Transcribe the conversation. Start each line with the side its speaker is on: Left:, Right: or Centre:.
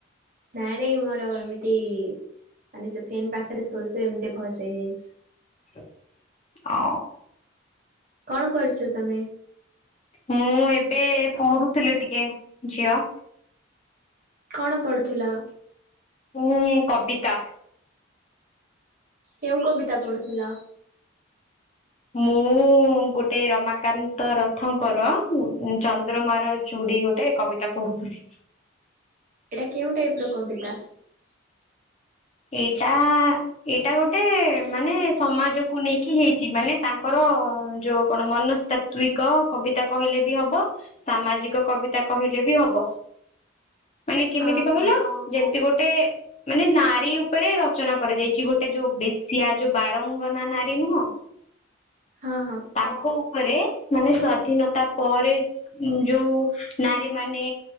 Right: ନାଇଁ ନାଇଁ ମୋର ଏମିତି ମାନେ ସେ ଫେନ୍ ପାଖରେ ଶୋଇ ଶୋଇ ଏମତି ଭଏସେ ହେଇଯାଇଛି।
Left: <inaudible> ଅ
Right: କଣ କରୁଛ ତମେ?
Left: ମୁଁ ଏବେ ପଢୁଥିଲି ଟିକେ ଝିଅ।
Right: କଣ ପଢୁଥିଲ?
Left: ମୁଁ କବିତା।
Right: କେଉଁ କବିତା ପଢୁଥିଲ?
Left: ମୁଁ। ମୁଁ ଗୋଟେ ରମାକାନ୍ତ ରଥଙ୍କର ମୁଁ ଉଁ ଚନ୍ଦ୍ରମାର ଚୁଡି ଗୋଟେ କବିତା ପଢୁଥିଲି।
Right: ଏଇଟା କେଉଁ ଟାଇପ୍ ର କବିତା?
Left: ଏଇଟା। ଏଇଟା ଗୋଟେ ମାନେ ସମାଜକୁ ନେଇକି ହେଇଛି ମାନେ ତାଙ୍କର ଯୋଉ କଣ ମନସ୍ଥା ତ୍ଵିକ କବିତା କହିଲେ ବି ହବ ସାମାଜିକ କବିତା କହିଲେ ବି ହବ। ମାନେ କେମିତି
Right: ଅହୋ
Left: କହିଲ ଯେମିତି ଗୋଟେ ମାନେ ନା ରୀ ଉପରେ ରଚନା କରାଯାଇଛି ଗୋଟେ ଯୋଉ ବେଶିଆ ଯୋଉ ବାରଙ୍ଗନା ନାରୀ ନୁହଁ? <inaudible>
Right: ହଁ ହଁ।
Left: ତାଙ୍କ ଉପରେ ମାନେ ସ୍ଵାଧୀନତା ପରେ। ଯୋଉ ନାରୀମାନେ